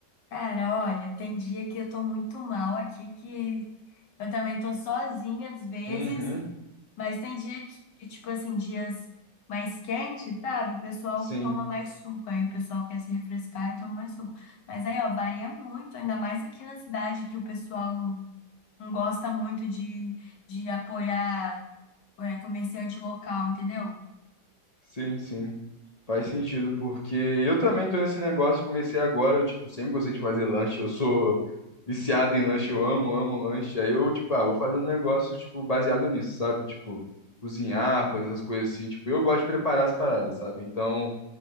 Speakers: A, on the left; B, on the left.
A: Cara, olha, tem dia que eu tô muito mal aqui, que eu também tô sozinha às vezes.
B: Uhum,
A: Mas tem dia que, que, tipo assim, dias mais quentes, sabe? O pessoal
B: sim.
A: toma mais suco, aí o pessoal quer se refrescar e toma mais suco. Mas aí, ó, varia muito, ainda mais aqui na cidade, que o pessoal não gosta muito de, de apoiar é, comerciante local, entendeu?
B: Sim, sim. Faz sentido, porque eu também tô nesse negócio, comecei agora, eu, tipo, sempre gostei de fazer lanche, eu sou viciado em lanche, eu amo, amo lanche. Aí eu, tipo, ah, vou fazer um negócio, tipo, baseado nisso, sabe? Tipo, cozinhar, fazer essas coisas assim, tipo, eu gosto de preparar as paradas, sabe? Então,